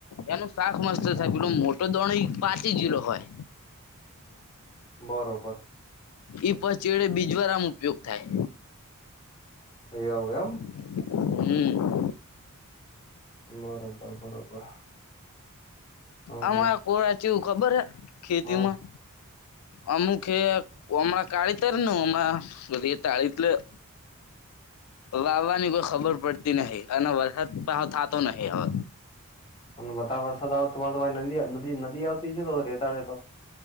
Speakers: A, on the left; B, on the left.
A: એનું શાક મસ્ત છે પેલો મોટો દોણી પાચી ગલો હોય.
B: બરોબર
A: એ પછ, ચેડે બીજવારા મા ઉપયોગ થાય.
B: એવું એમ.
A: હમ
B: બરોબર બરોબર હા
A: અમારા
B: હા
A: કોરા ચેવું, ખબર હ, ખેતી
B: હા
A: માં. અમુક હે, હમણાં કાળી તરને, હમણા રેતાળી એટલે- વાવાની કોઈ ખબર પડતી નહી, અને વરસાદ પાહો થાતો નહી હવ.
B: પણ વધારે વરસાદ આવે તમારે તમારી નદી ન નદી આવતી છે તો રેતાળ હેેતો